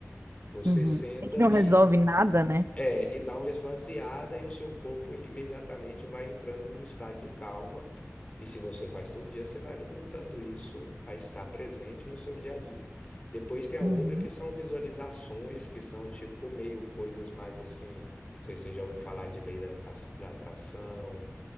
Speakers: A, on the left (about 25°); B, on the right (about 50°).
A: você
B: uhum.
A: senta
B: É que
A: ali,
B: não resolve nada, né?
A: é, e dá uma esvaziada e o seu corpo imediatamente vai entrando num estado de calma. E se você faz todo dia, você vai alimentando isso a estar presente no seu dia a dia. Depois tem a
B: Uhum.
A: outra que são visualizações, que são tipo meio coisas mais assim. Não sei se você já ouviu falar de lei da da atração,